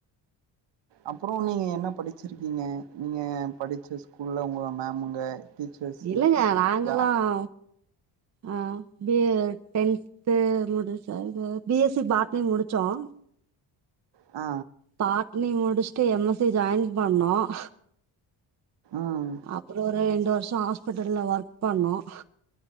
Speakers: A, on the right (about 65°); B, on the right (about 35°).
A: அப்புறோம் நீங்க என்ன படிச்சிருக்கீங்க நீங்க படிச்ச ஸ்கூல்ல உங்கள மேமுங்க டீச்சர்ஸு
B: இல்லங்க நாங்கல்லாம்
A: யா
B: ஆ பி டென்து முடிச்ச பி எஸ்சி பாட்ணி முடிச்சோம்
A: ஆ
B: பாட்னி முடிச்சுட்டு எம் எஸ்சி ஜாயின் பண்ணோம்
A: ம்
B: அப்புறோம் ஒரு ரெண்டு வரு ஹாஸ்பிட்டல்ல ஒர்க் பண்ணோம்